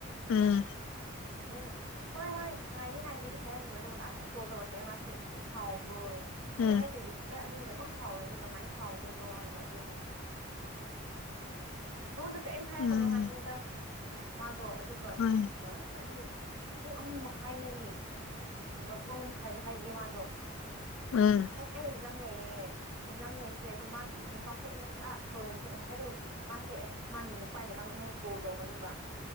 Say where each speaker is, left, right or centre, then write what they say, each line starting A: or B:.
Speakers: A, on the left; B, on the right.
A: ꯎꯝ
B: ꯑꯩꯅ ꯍꯣꯏ ꯍꯣꯏ ꯉꯥꯏꯒꯦ ꯉꯥꯏꯒꯦꯗꯤ ꯍꯥꯏꯔꯝꯃꯦꯕ ꯑꯗꯨꯒ ꯂꯥꯁꯇ ꯀꯣꯜ ꯇꯧꯔꯛꯑꯦ ꯃꯥꯁꯦ ꯅꯪ ꯁꯥꯎꯕ꯭ꯔꯣꯌꯦ ꯑꯩꯅ
A: ꯎꯝ
B: ꯑꯩ ꯀꯩꯒꯤ ꯑꯦ ꯑꯗꯨꯒꯤꯗꯀꯛ ꯁꯥꯎꯔꯗꯤ ꯀꯃꯥꯏꯅ ꯁꯥꯎꯗꯣꯏꯅꯣ ꯍꯥꯏꯕ ꯑꯗꯨꯒꯤ ꯅꯉꯣꯟꯗ ꯀꯔꯤꯝ ꯍꯥꯏꯔꯛꯀꯅꯣ
A: ꯎꯝ
B: ꯍꯥꯏꯕꯅꯦꯗ ꯃꯥꯗꯣ ꯑꯗꯨꯒ
A: ꯍꯣꯏ
B: ꯑ ꯀꯔꯤ ꯄꯨꯡ ꯑꯃ ꯃꯈꯥꯏꯅꯦꯃꯤ <unintelligible> ꯍꯥꯏꯔꯛꯑꯦ ꯃꯥꯗꯣ
A: ꯎꯝ
B: ꯑꯩ ꯑꯦꯛꯖꯥꯝ ꯂꯩꯌꯦ ꯑꯦꯛꯖꯥꯝ ꯂꯩꯇ꯭ꯔꯦ ꯑꯗꯣ ꯃꯥꯒꯤ ꯅꯨꯄꯥꯁꯨ ꯑꯩꯅ ꯈꯔ ꯄ꯭ꯔꯣꯕ꯭ꯂꯦꯝ ꯊꯣꯛꯑꯦ ꯍꯥꯏꯗꯣ ꯃꯥꯁꯦ ꯃꯥꯒꯤ ꯅꯨꯄꯥꯥꯏ ꯃꯇꯥꯡ ꯑꯩꯉꯣꯟꯗ ꯀꯣꯜ ꯇꯧꯔꯛꯀꯅꯤꯕ